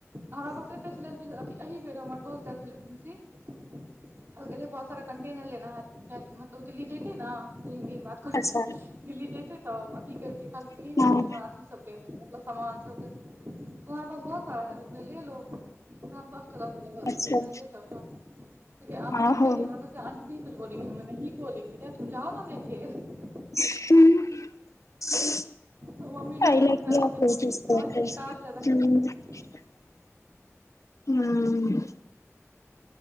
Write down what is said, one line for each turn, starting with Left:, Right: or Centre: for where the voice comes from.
Right: हमरा पास एते छलै जे अथी एहि बेर हमर दोस्त एल छलै कहलकै जे बहुत सारा कंटेनर लेना है काल्हि मतलब दिल्ली जयते ने तऽ हिन्दीमे बात कहय
Left: अच्छा
Right: छी दिल्ली जेते तऽ अथी के से कहलकै
Left: हँ
Right: कि मम्मी हमरा अथी सब देत मतलब समान सब देत तुम्हारे पास बहुत सारा है कहलिए लेलो दस टाका मे दऽ
Left: अच्छा
Right: देलिए कहलिए लेलो जाओ कहलकै
Left: हँ
Right: मम्मी
Left: हो
Right: नहि रहय हमर आंटी नही कुछ बोलेगी हम कहलियै नहीं बोलेंगी तुम जाओ न लेके
Left: <unintelligible> <unintelligible>
Right: ओ मम्मी रहै ने तऽ ओकरा भेलै कही मम्मी किछु कहै ने काज लए रखने हेतै
Left: ह्म